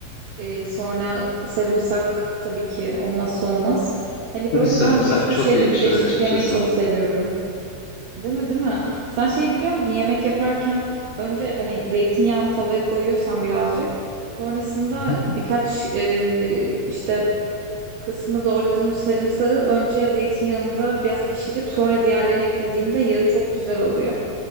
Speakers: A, on the right (about 80°); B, on the left (about 80°).
A: Ee, sonra sarımsak tabii ki olmazsa olmaz. Hani
B: Tabii
A: böyle
B: sarımsak
A: ben bir sürü
B: çok
A: şeyle
B: yakışır
A: birleştirip
B: açıkçası.
A: yemeyi çok seviyorum. Değil mi, değil mi? Sen şey biliyor muydun? Yemek yaparken önce hani zeytinyağını tavaya koyuyorsan birazcık. Sonrasında
B: Hı-hı.
A: birkaç e, işte kısmı doğradığın o sarımsağı önce zeytinyağında biraz pişirip sonra diğerlerini eklediğinde yağı çok güzel oluyor.